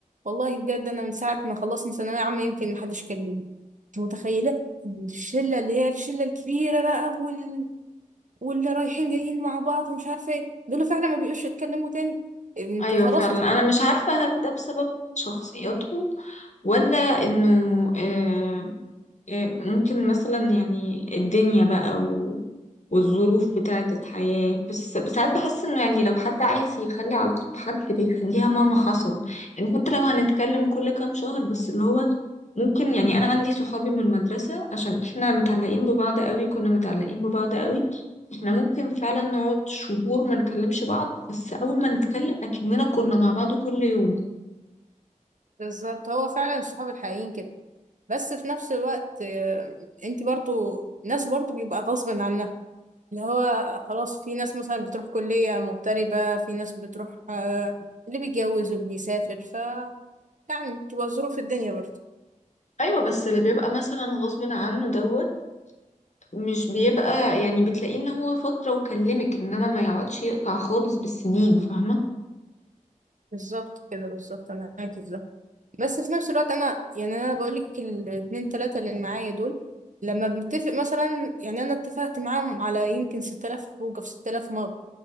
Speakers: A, on the right (about 65°); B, on the left (about 60°).
A: والله بجد انا من ساعه ما خلصنا ثانويه عامه يمكن محدش كلمني انت متخيله الشله اللي هي الشله الكبيره بقى وال... واللي رايحين جايين مع بعض ومش عارفه ايه دول فعلا ما بيقوش يتكلموا تاني انتوا
B: ايوه
A: خلاص
B: فعلا انا مش عارفة هل ده بسبب شخصياتهم ولا انه آه، آه، ممكن مثلا يعني الدنيا بقى و والظروف بتاعة الحياة بس بس ساعات بحس انه يعني لو حد عايز يخلي علاقته بحد بيخليها مهما حصل يعني حتى لو هنتكلم كل كام شهر بس اللي هو ممكن يعني انا عندي صحابي من المدرسة عشان احنا متعلقين ببعض قوي كنا متعلقين ببعض قوي احنا ممكن فعلا نقعد شهور ما نكلمش بعض بس اول ما نتكلم اكننا كنا مع بعض كل يوم
A: بالظبط هو فعلا الصحاب الحقيقيين كده بس في نفس الوقت آه، انت برضو ناس برضو بيبقى غصب عنها اللي هو خلاص في ناس مثلا بتروح كلية مغتربة في ناس بتروح آه، اللي بيتجوز واللي بيسافر ف يعني بتبقى ظروف الدنيا برضو
B: ايوه بس اللي بيبقى مثلا غصب عنه دوت مش بيبقى يعني بتلاقيه ان هو فترة وكلمك انما ما يقعدش يقطع خالص بالسنين فاهمة
A: بالظبط كده بالظبط انا معاكي في ده بس في نفس الوقت انا يعني انا بقولك الاتنين تلاتة اللي معايا دول لما بنتفق مثلا يعني انا اتفقت معاهم على يمكن 6000 خروجه في 6000 مرة